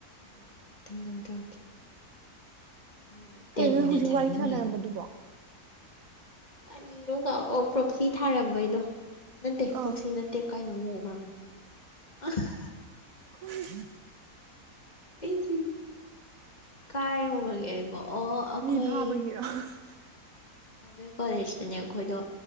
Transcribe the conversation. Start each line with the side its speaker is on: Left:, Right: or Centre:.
Left: ꯂꯣꯏꯔꯒ ꯃꯊꯪꯗꯪ ꯑꯃ ꯇꯧꯔꯛꯀꯦ꯫ ꯃꯣꯏꯅ ꯇꯦꯟ
Right: ꯀꯩꯅꯣ
Left: ꯃꯤꯅꯤꯠꯁ
Right: ꯍꯧꯖꯤꯛ ꯋꯥꯔꯤ
Left: ꯍꯥꯏꯕ
Right: ꯁꯥꯟꯅꯔꯝꯕꯗꯨꯕꯣ
Left: ꯃꯥꯂꯦ꯫ ꯀꯔꯤꯅꯣ ꯀ ꯑꯣ ꯄ꯭ꯔꯣꯛꯁꯤ ꯊꯥꯔꯝꯕꯩꯗꯣ ꯅꯠꯇꯦ
Right: ꯑ
Left: ꯄ꯭ꯔꯣꯛꯁꯤ ꯅꯠꯇꯦ ꯇꯦꯛ ꯀꯥꯏꯅꯣꯝ ꯌꯧꯈꯒ꯭ꯔꯝꯅꯣ <unintelligible>
Right: <unintelligible>
Left: ꯑꯩꯁꯤ ꯀꯥꯏ ꯌꯧꯒꯔꯒꯦ ꯑꯩꯕꯣ ꯑꯣ ꯑꯩꯈꯣꯏ
Right: ꯃꯤ ꯐꯥꯕꯒꯤꯔꯣ <unintelligible>
Left: ꯅꯣꯏ ꯀꯣꯂꯦꯖꯇꯅꯦ ꯑꯩꯈꯣꯏꯗꯣ